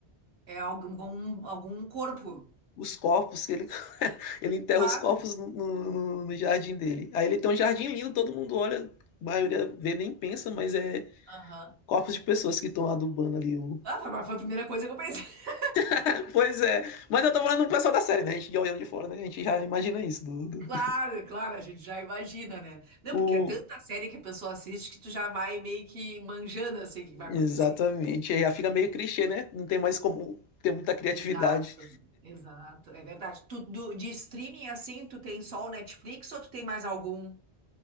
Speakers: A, on the right; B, on the left.
A: é algum, algum corpo.
B: Os corpos, que ele, <laughs> ele enterra
A: Claro.
B: os corpos no, no- no jardim dele. Aí ele tem um jardim lindo, todo mundo olha, a maioria vê nem pensa, mas é
A: Aham.
B: corpos de pessoas que estão adubando ali. O...
A: Ah, foi mas foi a primeira coisa que eu pensei. <laughs>
B: <laughs> Pois é, mas eu tô falando do pessoal da série, né? A gente de olhando de fora, né? A gente já imagina isso. Do, do-
A: Claro, claro, a gente já imagina, né? Não,
B: O...
A: porque é tanta série que a pessoa assiste que tu já vai meio que manjando assim o que vai
B: Exatamente,
A: acontecer.
B: aí já fica meio clichê, né? Não tem mais como ter muita criatividade.
A: Exato, exato, é verdade. Tu, do- de streaming assim, tu tem só o Netflix ou tu tem mais algum?